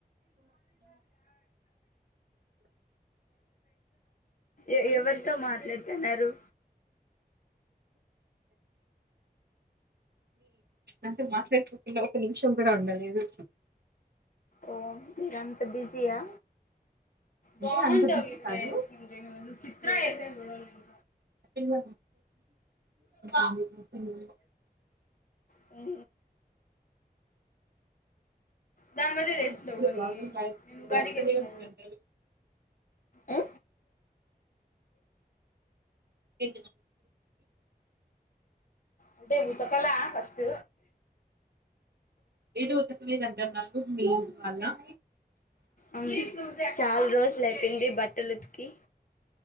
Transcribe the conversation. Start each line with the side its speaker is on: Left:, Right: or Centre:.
Left: ఎ ఎవరితో మాట్లాడుతున్నారు
Right: అంటే మాట్లాడుకుంటన్నా ఒక నిమిషం కూడ ఉండలేదు
Left: ఓ మీర్ రంత బిజయా
Right: అంటే
Left: బాగుంటావు
Right: అంత బిజీ
Left: ఇదిలా
Right: కాదు
Left: వేసుకుంటె చిత్ర యే చూ
Right: పిల్ల <inaudible>
Left: భు దాని మధ్య ఇది వేస్కుండవు
Right: ఇప్పుడు
Left: కానీ
Right: బాగుంటాయి
Left: నేను ఉగాదికి
Right: వస్తూనే
Left: వేసుకున్నా
Right: ఉంటారు
Left: అ
Right: ఏ
Left: అంటే ఉతకల ఫస్ట్
Right: ఏదోకటి మీ దగ్గర నాకు <unintelligible>
Left: అవును చాల రోజులు అయిపోయింది బట్టలు ఉతికి